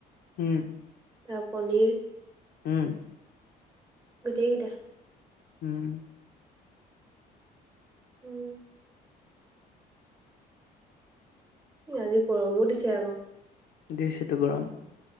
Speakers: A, on the left; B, on the right.
A: উম
B: তাৰ পনীৰ
A: উম
B: গোটেই কেইটা
A: উম
B: উম আজি গৰমো দিছে আক
A: দিছে টো গৰম